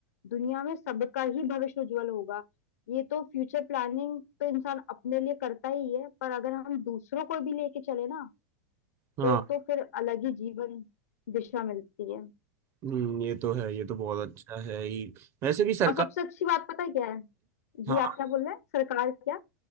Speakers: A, on the left; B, on the right.
A: दुनिया में सबका ही भविष्य उज्जवल होगा ये तो फ्यूचर प्लानिंग तो इंसान अपने लिए करता ही है पर अगर हम दूसरों को भी लेके चले ना
B: हाँ
A: तो तो फिर अलग ही जीवन दिशा मिलती है
B: हम्म, ये तो है ये तो बहुत अच्छा है ही वैसे भी सरकार
A: और सबसे अच्छी बात पता है क्या है जी
B: हाँ
A: आप क्या बोल रहे हैं सरकार क्या